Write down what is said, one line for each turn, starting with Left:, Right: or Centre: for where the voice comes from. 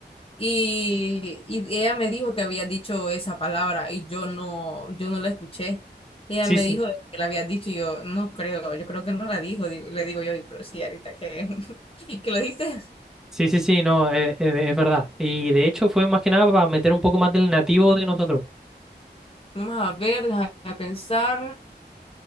Left: Y, y ella me dijo que había dicho esa palabra y yo no, yo no la escuché. Ella
Centre: Sí,
Left: me
Centre: sí.
Left: dijo que la había dicho y yo no creo, yo creo que no la dijo, digo- le digo yo, "Di, pero sí, ahorita que, <laughs> que lo dijiste.
Centre: Sí, sí, sí, no, eh, eh, es verdad. Y de hecho fue más que nada para meter un poco más del nativo de nosotros.
Left: Vamos a ver, déjame pensar.